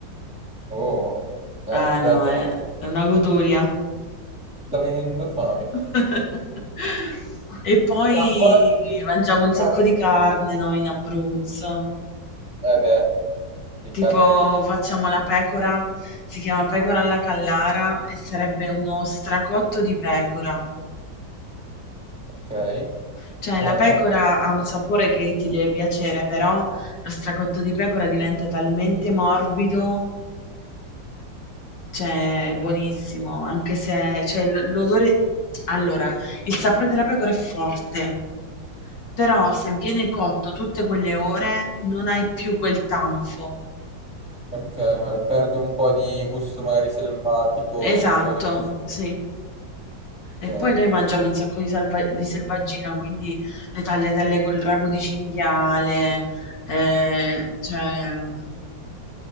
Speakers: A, in the centre; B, on the left.
A: Oh, eh,
B: Ah no,
A: già, già
B: è è una goduria.
A: sta venendo fame.
B: <laughs> E poi
A: Ma qua invece...
B: mangiamo un sacco
A: Ah, sì.
B: di carne noi in Abruzzo.
A: Eh beh, di
B: Tipo
A: carne di...
B: facciamo la pecora, si chiama pecora alla Callara e sarebbe uno stracotto di pecora.
A: Ok.
B: Cioè
A: Buono?
B: la pecora ha un sapore che ti deve piacere, però lo stracotto di pecora diventa talmente morbido, cioè è buonissimo, anche se cioè, l- l'odore... Allora, il sapore della pecora è forte, però se viene cotto tutte quelle ore non hai più quel tanfo.
A: Ok, ma perde un po' di gusto magari selvatico,
B: Esatto,
A: un po' di gusto,
B: sì. E
A: ok.
B: poi noi mangiamo un sacco di, salva- di selvaggina, quindi le tagliatelle col ragù di cinghiale, eh, cioè mm,